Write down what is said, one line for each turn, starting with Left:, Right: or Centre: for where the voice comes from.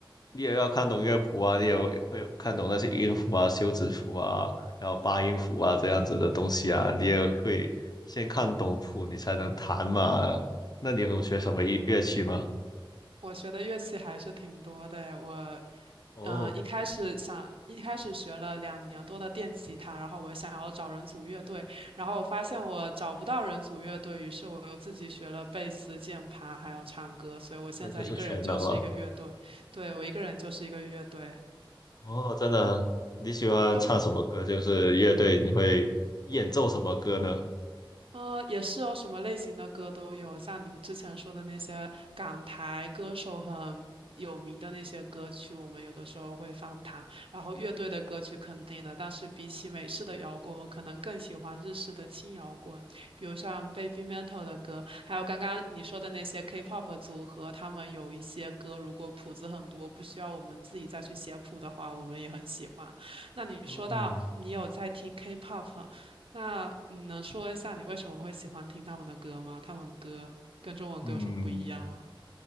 Left: 你也要看懂乐谱啊，你也会看懂那些音符啊、休止符啊，然后八音符啊这样子的东西啊，你也会先看懂谱，你才能弹嘛。那你有学什么乐乐器吗？
Right: 我学的乐器还是挺多的我，
Left: 哦，
Right: 嗯、一开始想，一开始学了两年多的电吉他，然后我想要找人组乐队，然后我发现我找不到人组乐队，于是我又自己学了贝斯、键盘，还有唱歌，所以我现在一个人就是一个乐队，
Left: 那就是全能了。
Right: 对，我一个人就是一个乐队。
Left: 哦，真的，
Right: 然
Left: 你喜欢唱什么歌？
Right: 后
Left: 就是乐队，你会演奏什么歌呢？
Right: 呃，也是哦，什么类型的歌都有，像您之前说的那些港台歌手很有名的那些歌曲，我们有的时候会翻唱。然后乐队的歌曲肯定的，但是比起美式的摇滚，我可能更喜欢日式的轻摇滚，比如像 Baby Metal 的歌，还有刚刚你说的那些 K-pop 组合，他们有一些歌，如果谱子很多，不需要我们自己再去写谱的话，我们也很喜欢。那你说到你有在听
Left: 嗯
Right: K-pop，那你能说一下你为什么会喜欢听他们的歌吗？他们歌跟中文歌有什么不一样吗？
Left: 嗯，